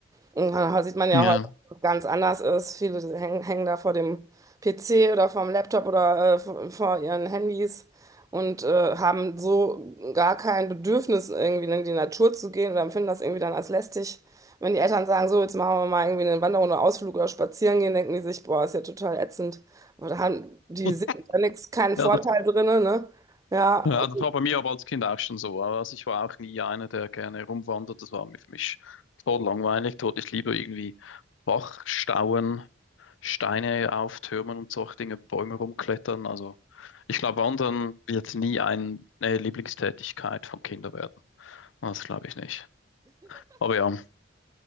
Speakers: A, on the right; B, on the left.
A: Und da sieht man ja
B: Ja.
A: heute, dass es ganz anders ist. Viele hängen, hängen da vor dem PC oder vom Laptop oder äh, vor vor ihren Handys und äh, haben so gar kein Bedürfnis, irgendwie in die Natur zu gehen oder empfinden das irgendwie dann als lästig. Wenn die Eltern sagen, so, jetzt machen wir mal irgendwie eine Wanderung oder Ausflug oder spazieren gehen, denken die sich, boah, ist ja total ätzend. Aber da haben die
B: <laughs>
A: sehen da nichts, keinen
B: Ja,
A: Vorteil
B: das,
A: drin, ne? Ja,
B: ja, das war bei mir aber als Kind auch schon so. Also ich war auch nie einer, der gerne rumwandert. Das war mir für mich total langweilig. Dort ich lieber irgendwie Bachstauen Steine auf Türmen und solche Dinge, Bäume rumklettern. Also ich glaube, Wandern wird nie eine Lieblingstätigkeit von Kindern werden. Das glaube ich nicht. Aber ja, <laughs>